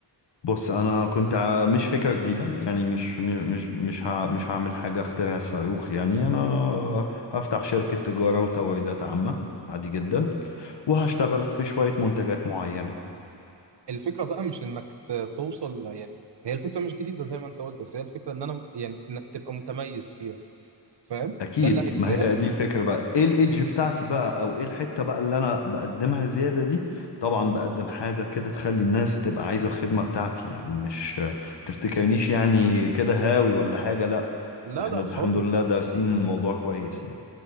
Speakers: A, on the left; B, on the right.
A: بص انا كنت ع- مش فكرة جديدة يعني مش مش مش مش, ه... مش هعمل حاجة اخترع الصاروخ يعني انا هفتح شركة تجارة وتوريدات عامة عادي جدا وهشتغل في شوية منتجات معينة
B: الفكرة بقى مش انك ت- توصل يعني هي الفكرة مش جديدة زي ما انت قلت بس هي الفكرة ان انا يعني انك تبقى متميز فيها فاهم
A: اكيد
B: ده اللي هيفرقك
A: ما هي دي الفكره بقى ايه الايدج بتاعتي بقى او ايه الحته بقى اللي انا بقدمها زياده دي طبعا بقدم حاجه كده تخلي الناس تبقى عايزه الخدمه بتاعتي يعني مش تفتكرنيش يعني كده هاوي ولا حاجه لا
B: لا
A: احنا
B: لا
A: الحمد
B: خالص
A: لله دارسين الموضوع كويس يعني